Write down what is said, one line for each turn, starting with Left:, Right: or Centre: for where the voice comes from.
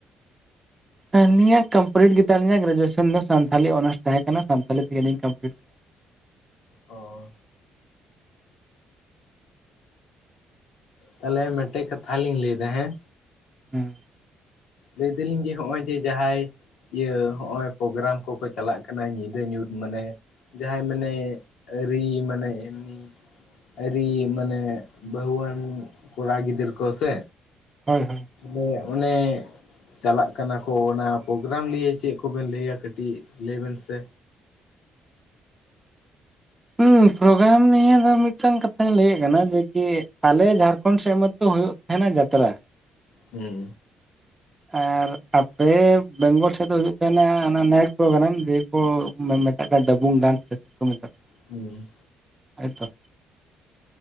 Right: ᱟᱹᱞᱤᱧ ᱟᱜ ᱠᱚᱢᱯᱞᱤᱴ ᱜᱮ ᱛᱟᱹᱞᱤᱧᱟ ᱜᱨᱮᱡᱩᱭᱮᱥᱚᱱ ᱫᱚ ᱥᱟᱱᱛᱷᱟᱞᱤ ᱚᱱᱟᱨᱥ ᱛᱟᱦᱮᱸ ᱠᱟᱱᱟ ᱥᱟᱱᱛᱟᱞᱤ ᱛᱮᱜᱮᱞᱤᱧ ᱠᱚᱢᱯᱞᱤᱴ ᱟᱠᱟᱱᱟ
Left: ᱚ ᱛᱟᱦᱚᱞᱮ ᱢᱤᱫᱴᱮᱡ ᱠᱟᱛᱷᱟ ᱞᱤᱧ ᱞᱟᱹᱭ ᱮᱫᱟ ᱦᱮᱸ᱾
Right: ᱦᱩᱸ
Left: ᱞᱟᱹᱭ ᱫᱟᱞᱤᱧ ᱡᱮ ᱱᱚᱜ-ᱚᱭ ᱡᱮ ᱡᱟᱦᱟᱸᱭ ᱤᱭᱟᱹ ᱱᱚᱜ-ᱚᱭ ᱯᱨᱳᱜᱨᱟᱢ ᱠᱚᱠᱚ ᱪᱟᱞᱟᱜ ᱠᱟᱱᱟ ᱧᱤᱫᱟᱹ ᱧᱩᱛ ᱢᱟᱱᱮ ᱡᱟᱦᱟᱸᱭ ᱢᱟᱱᱮ ᱟᱹᱨᱤ ᱢᱟᱱᱮ ᱮᱢᱱᱤ ᱟᱹᱨᱤ ᱢᱟᱱᱮ ᱵᱟᱹᱦᱩᱣᱟᱱ ᱠᱚᱲᱟ ᱜᱤᱫᱟᱹᱨ ᱠᱚ ᱥᱮ᱾
Right: ᱦᱳᱭ ᱦᱳᱭ,
Left: ᱢᱟᱹᱭ ᱟᱜ ᱢᱚᱱᱮ ᱪᱟᱞᱟᱜ ᱠᱟᱱᱟ ᱠᱚ ᱚᱱᱟ ᱯᱨᱳᱜᱨᱟᱢ ᱞᱤᱭᱮ ᱪᱮᱫ ᱠᱚᱵᱮᱱ ᱞᱟᱹᱭᱟ ᱠᱟᱹᱴᱤᱡ ᱞᱟᱹᱭ ᱵᱮᱱ ᱥᱮ
Right: ᱦᱩᱸ ᱯᱨᱳᱜᱨᱟᱢ ᱱᱤᱭᱟᱹ ᱫᱚ ᱢᱤᱫᱴᱟᱝ ᱠᱟᱛᱷᱟᱹᱧ ᱞᱟᱹᱭ ᱮᱫ ᱠᱟᱱᱟ, ᱡᱮᱠᱤ ᱟᱞᱮ ᱡᱷᱟᱲᱠᱷᱚᱸᱰ ᱥᱮᱫ ᱢᱟᱛᱳ ᱦᱳᱭᱳᱜ ᱛᱟᱦᱮᱱᱟ ᱡᱟᱛᱨᱟ᱾
Left: ᱦᱩᱸ
Right: ᱟᱨ ᱟᱯᱮ ᱵᱮᱝᱜᱚᱞ ᱥᱮᱫ ᱫᱚ ᱦᱩᱭᱩᱜ ᱛᱟᱦᱮᱱᱟ ᱚᱱᱟ ᱱᱟᱭᱤᱴ ᱯᱨᱳᱜᱨᱟᱢ ᱡᱮ ᱳ ᱢᱮᱛᱟᱜ ᱠᱟᱱᱟ ᱰᱟᱵᱩᱝ ᱰᱟᱱᱥ ᱥᱮ ᱪᱮᱫ ᱠᱚ ᱢᱮᱛᱟᱜ ᱠᱟᱱᱟ᱾
Left: ᱦᱩᱸ
Right: ᱟᱭ ᱛᱚ